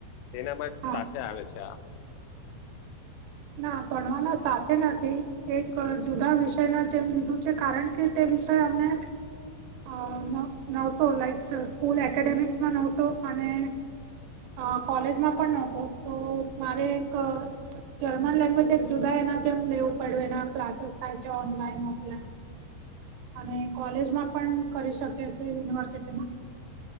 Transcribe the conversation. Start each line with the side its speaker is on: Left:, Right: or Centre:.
Left: તેનામાં જ
Right: હા
Left: સાથે આવે છે આ.
Right: ના, ભણવાના સાથે નથી. એક જુદા વિષયના જેમ લીધું છે કારણ કે તે વિષય અમને અ ન નહોતો લાઈકસ સ્કૂલ એકેડેમિક્સમાં નહોતો અને અ કોલેજમાં પણ ન હતો તો મારે એક જર્મન લેંગ્વેજ એક જુદા એના જેમ લેવું પડે એના ક્લાસીસ થાય છે ઓનલાઈન, ઓફલાઈન અને કોલેજમાં પણ કરી શકે છે યુનિવર્સિટીમાં.